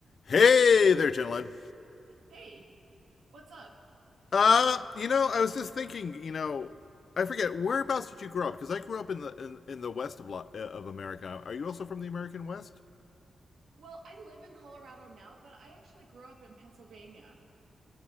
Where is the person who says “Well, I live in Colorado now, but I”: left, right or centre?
Right